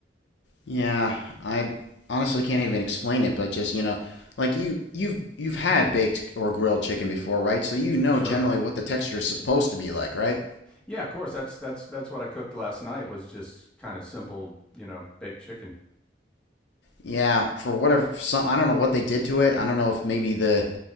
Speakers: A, on the left; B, in the centre.
A: Yeah, I honestly can't even explain it, but just you know, like you you've you've had baked or grilled chicken before, right? So you know
B: Sure.
A: generally what the texture is supposed to be like, right?
B: Yeah, of course. That's that's that's what I cooked last night was just kind of simple, you know, baked chicken.
A: Yeah, for whatever some I don't know what they did to it. I don't know if maybe the